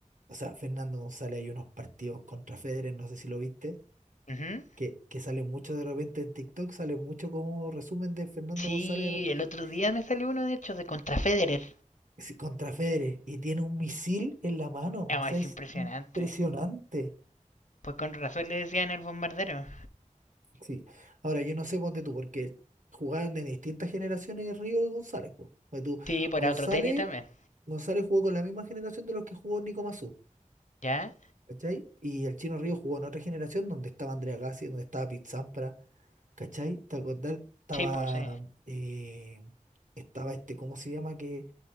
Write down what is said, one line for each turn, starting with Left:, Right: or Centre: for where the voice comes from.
Right: O sea, Fernando González hay unos partidos contra Federer, no sé si lo viste,
Left: Ujú.
Right: que, que sale mucho de repente en TikTok, sale mucho como resumen de Fernando
Left: Sí,
Right: González de repente,
Left: el otro día me salió uno, de hecho, de contra Federer.
Right: es contra Federer y tiene un misil en la mano.
Left: Ah,
Right: O sea,
Left: es
Right: es
Left: impresionante.
Right: impresionante.
Left: Pues con razón le decían el bombardero.
Right: Sí. Ahora, yo no sé, ponte tú, porque jugaron de distintas generaciones Río y González, pues. Pues tú,
Left: Sí, por
Right: González,
Left: otro tenis también,
Right: González jugó con la misma generación de los que jugó Nico Massú,
Left: ¿ya?
Right: ¿cachai? Y el Chino Río jugó en otra generación donde estaba Andrea Gassi, donde estaba Pete Sampras. ¿Cachai? ¿Te acordás? Estaba,
Left: Sí, pues sí.
Right: eh, estaba este, ¿cómo se llama? Que